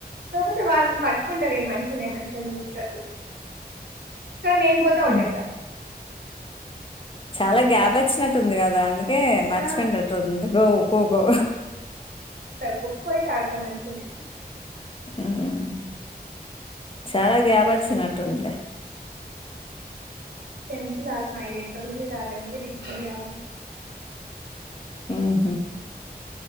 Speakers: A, on the right (about 80°); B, on the left (about 35°).
A: కాకపోతే వాళ్ళని పట్టుకుంటారు మనుషునే మంచి నిటగా ఈసార్ నేను పోతా అవుట్
B: హ్మ్.
A: అయితా
B: చాలా గ్యాప్ వచ్చినట్టుంది గదా అని హే మర్చిపోండట్టుతుంది
A: ఆ
B: గో కోకో
A: కోకో అయితే అడ్తా మంచిగనే
B: మ్ చాలా గ్యాప్ వచ్చినట్టుంది లే <inaudible>
A: టెన్త్ అడినా ఇగా ఇంటర్మీడియట్ ఆడలే మళ్ళీ డిగ్రీ అడినా
B: ఉహు